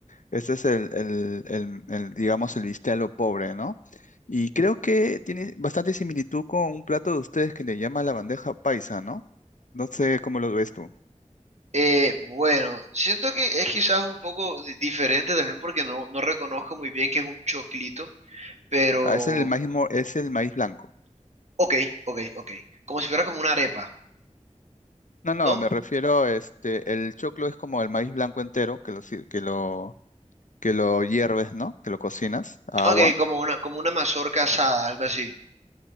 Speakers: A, on the left (about 80°); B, on the right (about 60°).
A: Este es el, el- el- el, digamos, el bistec a lo pobre, ¿no? Y creo que tiene bastante similitud con un plato de ustedes que le llama la bandeja paisa, ¿no? No sé cómo lo ves tú.
B: Eh, bueno, siento que es quizás un poco di- diferente también porque no, no reconozco muy bien que es un choclito, pero
A: Ah, es el maíz, mo- es el maíz blanco.
B: ok, ok, ok. Como si fuera como una arepa,
A: No, no,
B: ¿no?
A: me refiero, este, el choclo es como el maíz blanco entero, que lo, si- que lo, que lo hierves, ¿no? Que lo cocinas a
B: Ok,
A: agua.
B: como una, como una mazorca asada, algo así.